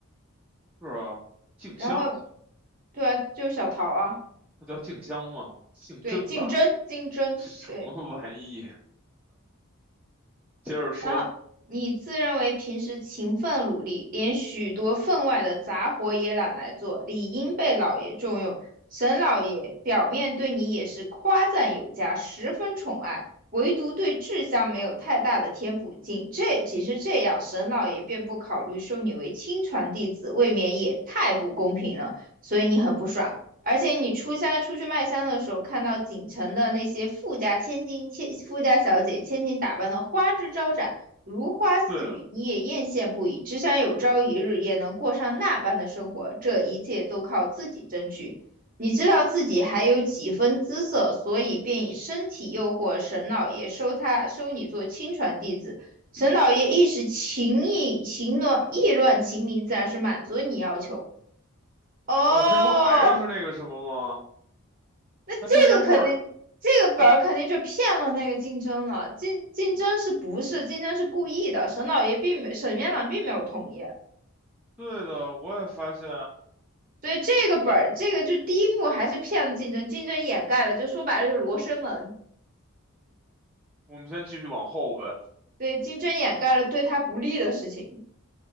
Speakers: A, in the centre; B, on the right (about 40°).
A: 是啊，静香，
B: 然后，对啊，就是小桃啊。
A: 那叫静香吗？姓甄吧？
B: 对，竞争，竞争，
A: <laughs> 什么玩意？
B: 对。
A: 接着说，
B: 然后你自认为平时勤奋努力，连许多分外的杂活也懒来做，理应被老爷重用。沈老爷表面对你也是夸赞有加，十分宠爱，唯独对志香没有太大的天赋。仅这仅是这样，沈老爷便不考虑收你为亲传弟子，未免也太不公平了。所以你很不爽。而且你出家出去卖香的时候，看到锦城的那些富家千金、千富家小姐、千金打扮的花枝招展，如花似玉，
A: 对的，
B: 你也艳羡不已。只想有朝一日也能过上那般的生活，这一切都靠自己争取。你知道自己还有几分姿色，所以便以身体诱惑沈老爷收他收你做亲传弟子。沈老爷一时情意情乱意乱情迷，自然是满足你要求。哦，
A: 哦，这不还是那个什么吗？
B: <laughs>
A: 那这件事儿，
B: 这个肯定，这个本儿肯定就骗了那个竞争了。
A: 对
B: 竞竞争是不是竞争是故意的？沈老爷并没，沈院长并没有同意，
A: 对的，我也发现。
B: 所以这个本儿，这个就第一幕还是骗了竞争，竞争掩盖了，就说白了就是罗生门，
A: 我们先继续往后呗。
B: 对，竞争掩盖了对他不利的事情，